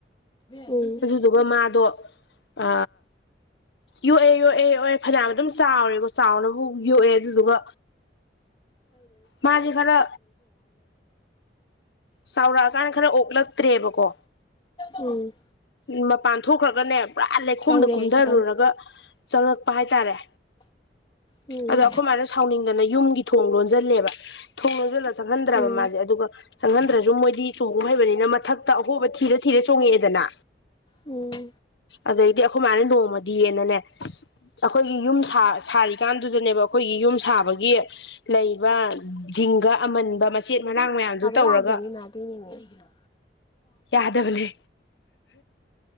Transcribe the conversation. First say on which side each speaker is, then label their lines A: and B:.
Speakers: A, on the left; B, on the left.
A: ꯎꯝ
B: ꯑꯗꯨꯗꯨꯒ ꯃꯥꯗꯣ ꯑ ꯌꯣꯛꯑꯦ ꯌꯣꯛꯑꯦ ꯌꯣꯛꯑꯦ ꯐꯅꯌꯥꯝꯅ ꯑꯗꯨꯝ ꯆꯥꯎꯔꯦꯀꯣ ꯆꯥꯎꯅꯕꯨ ꯌꯣꯛꯑꯦ ꯑꯗꯨꯗꯨꯒ ꯃꯥꯁꯦ ꯈꯔ ꯆꯥꯎꯔꯛꯑꯀꯥꯟꯗ ꯈꯔ ꯑꯣꯛꯂꯛꯇ꯭ꯔꯦꯕꯀꯣ
A: ꯎ ꯎꯝ
B: ꯃꯄꯥꯟ ꯊꯣꯛꯈ꯭ꯔꯒꯅꯦ ꯄꯨꯔꯥ ꯂꯩꯈꯣꯝꯗ
A: ꯇꯧꯔꯦ
B: ꯀꯨꯝꯊꯔꯨꯔꯒ
A: ꯈꯤꯇꯪ
B: ꯆꯉꯛꯄ ꯍꯥꯏꯇꯥꯔꯦ
A: ꯎꯝ
B: ꯑꯗꯣ ꯑꯩꯈꯣꯏꯃꯥꯏꯅ ꯁꯥꯎꯅꯤꯡꯗꯅ ꯌꯨꯝꯒꯤ ꯊꯣꯡ ꯂꯣꯟꯁꯤꯜꯂꯦꯕ ꯊꯣꯡꯅꯁꯤꯜꯂ ꯆꯪꯍꯟꯗ꯭ꯔꯕ
A: ꯎꯝ
B: ꯃꯥꯁꯦ ꯑꯗꯨꯒ ꯆꯪꯍꯟꯗ꯭ꯔꯁꯨ ꯃꯣꯏ ꯆꯣꯡꯉꯨ ꯍꯩꯕꯅꯤꯅ ꯃꯊꯛꯇ ꯑꯍꯣꯕ ꯊꯤꯔ ꯊꯤꯔ ꯆꯣꯡꯉꯛꯑꯦꯗꯅ
A: ꯎꯝ
B: ꯑꯩꯗꯤ ꯑꯩꯈꯣꯏ ꯃꯥꯅ ꯅꯣꯡꯃꯗꯤꯌꯦꯅꯅꯦ ꯑꯩꯈꯣꯏꯒꯤ ꯌꯨꯝ ꯁꯥ ꯁꯥꯔꯤꯀꯥꯟꯗꯨꯗꯅꯦꯕ ꯑꯩꯈꯣꯏꯒꯤ ꯌꯨꯝ ꯁꯥꯕꯒꯤ ꯂꯩꯕ ꯇꯤꯡꯒ ꯑꯃꯟꯕ ꯃꯆꯦꯠ ꯃꯅꯥꯥꯡ ꯃꯌꯥꯝꯗꯨ ꯇꯧꯔꯒ
A: ꯌꯥꯗꯦꯅꯦꯃ ꯑꯗꯨꯣꯏꯅꯦꯅꯦ
B: ꯌꯥꯗꯕꯅꯦ